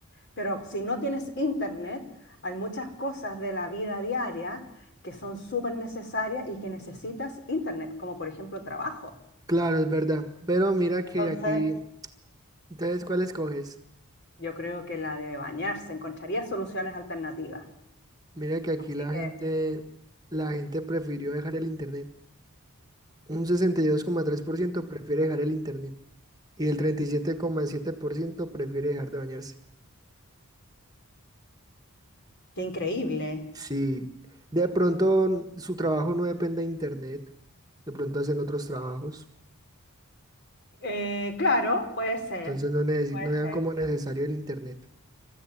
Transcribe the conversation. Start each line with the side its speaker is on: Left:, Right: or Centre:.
Left: pero si no tienes internet, hay muchas cosas de la vida diaria que son súper necesarias y que necesitas internet, como por ejemplo trabajo.
Right: claro, es verdad. Pero mira que
Left: Entonces,
Right: aquí, entonces, ¿cuál escoges?
Left: Yo creo que la de bañarse, encontraría soluciones alternativas.
Right: Mira que aquí
Left: Así
Right: la
Left: que,
Right: gente, la gente prefirió dejar el internet. Un sesenta y dos coma tres por ciento prefiere dejar el internet y el treinta y siete siete coma siete por ciento prefiere dejar de bañarse.
Left: qué increíble.
Right: Sí, de pronto n- su trabajo no depende de internet, de pronto hacen otros trabajos,
Left: Eh, claro, puede ser,
Right: entonces no, necesi-
Left: puede
Right: no vean
Left: ser.
Right: como necesario el internet.